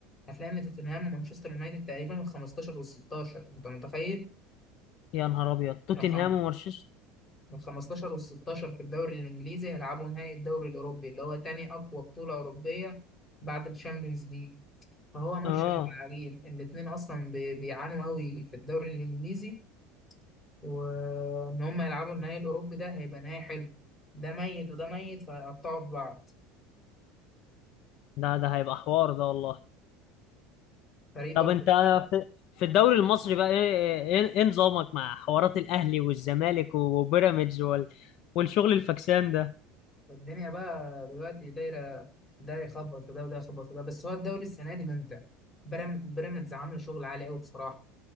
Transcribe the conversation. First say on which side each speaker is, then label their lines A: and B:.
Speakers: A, on the left; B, on the left.
A: هتلاقي إن توتنهام ومانشستر يونايتد تقريبا ال 15 وال 16 أنت متخيل؟
B: يا نهار ابيض توتنهام
A: الخم...
B: ومانشستر
A: ال 15 وال 16 في الدوري الإنجليزي هيلعبوا نهائي الدوري الأوروبي اللي هو تاني أقوى بطولة أوروبية بعد الشامبيونز ليج فهو ماتش
B: اه
A: هيبقى عجيب الاتنين اصلا بي- بيعانوا قوي في الدوري الانجليزي وان هم يلعبوا النهائي الاوروبي ده هيبقى نهائي حلو ده ميت وده ميت فهيقطعوا في بعض
B: ده ده هيبقى حوار ده والله
A: فريق
B: طب
A: برضه
B: انت في في الدوري المصري بقى ايه ايه ايه نظامك مع حوارات الاهلي والزمالك وبيراميدز وال... والشغل الفكسان ده
A: الدنيا بقى دلوقتي دايره ده يخبط في ده وده يخبط في ده بس هو الدوري السنه دي ممتع برام- بيراميدز عامله شغل عالي قوي بصراحه